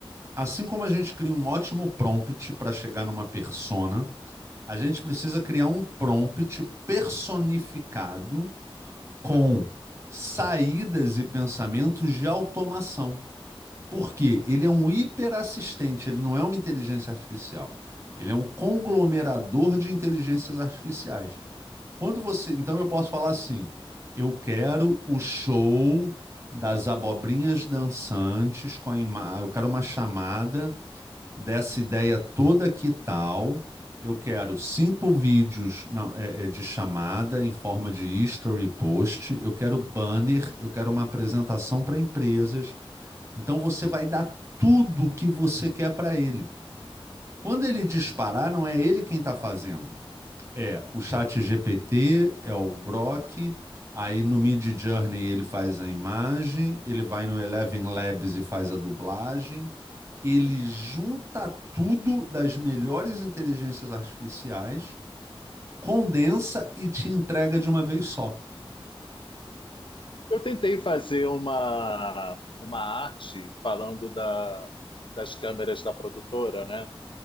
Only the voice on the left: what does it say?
eu tentei fazer uma uma arte falando da, das câmeras da produtora, né?